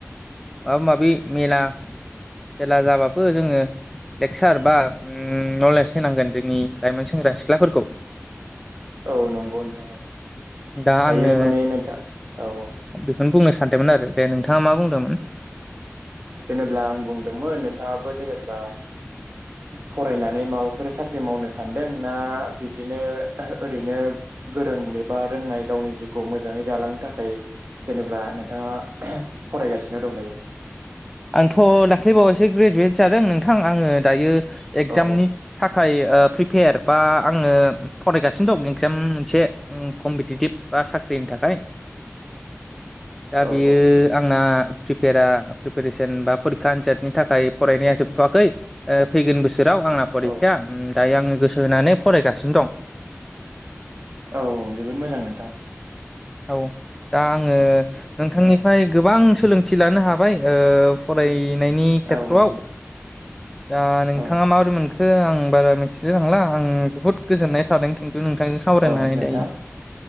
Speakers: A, in the centre; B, on the right.
A: माबा माबि मेला खेला जाबाबो जोङो लेक्सार बा नलेज होनांगोन जोंनि लाइमोन सेंग्रा सिख्लाफोरखौ।
B: औ नंगौ नोंथां औ
A: दा
B: दायो
A: आङो
B: माने नोंथां औ औ।
A: बेखौनो बुंनो सानदोंमोन आरो दे नोंथाङा मा बुंदोंमोन।
B: जेनेब्ला आं बुंदोंमोन नोंथाङाबो जेनेब्ला फरायनानै माबाफोर साख्रि मावनो सानदों ना बिब्दिनो ओरैनो गोरों एबा रोंनाय गावनि ज खौ मोजाङै जालांनो थाखाय जेनेबब्ला नोंथाङा फरायगासिनो दं दायो
A: <inaudible> आंथ' दाख्लैबावैससे ग्रेजुवेट जादों नोंथां आङो दायो एगजामनि
B: औ
A: थाखाय ओ प्रिपेयार बा आङो फरायगासिनो दं एगजाम मोनसे कम्पिटिटिभ बा साख्रि नि थाखाय दा
B: औ
A: बियो
B: औ
A: आंना प्रिपयारा रिसेन बा फरिखा आनादनि थाखाय फरायनाया जोबथ'वाखै ओ फैगोन बोसोर राव आंना फरिखाया
B: औ
A: दायो आङो गोसो होनानै फरायगासिनो दं
B: औ औ जोबोद मोजां नोंथां
A: औ दा आङो नोंथांनिफ्राय
B: औ
A: गोबां सोलोंथि लानो हाबाय ओ फरायनायनि खेथ्रआव
B: औ औ
A: दा नोंथाङा
B: औ
A: माबोरै मोनखो आं बारा मिथिलाय थांला आं बुहुत गोजोननाय थादों खिन्थु। नोंथांजों सावरायनानै
B: औ नोंथां
A: दायो